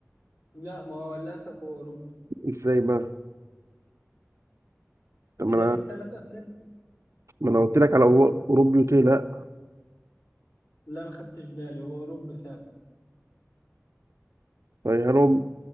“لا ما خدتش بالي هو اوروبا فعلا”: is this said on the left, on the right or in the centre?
Left